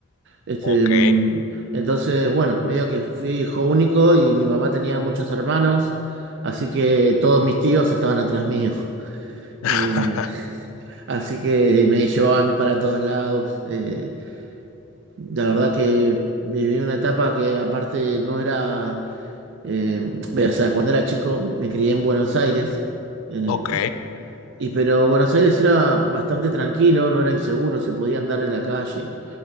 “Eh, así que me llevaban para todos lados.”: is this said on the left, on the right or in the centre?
Right